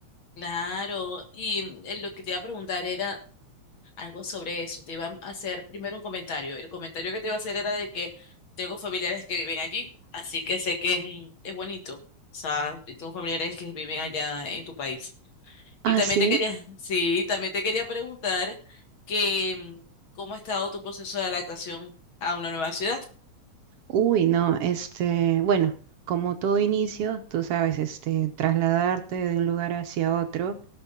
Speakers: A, on the left (about 45°); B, on the right (about 65°).
A: Claro. Y mm, eh, lo que te iba a preguntar era algo sobre eso. Te iba a hacer primero un comentario. El comentario que te iba a hacer era de que tengo familiares que viven allí, así que sé que es, un- es bonito. O sea, y tengo familiares que viven allá en tu país.
B: Ah,
A: Y también
B: sí.
A: te quería, <laughs> sí, también te quería preguntar que mm, cómo ha estado tu proceso de adaptación a una nueva ciudad.
B: Uy, no, este, bueno, como todo inicio, tú sabes, este, trasladarte de un lugar hacia otro.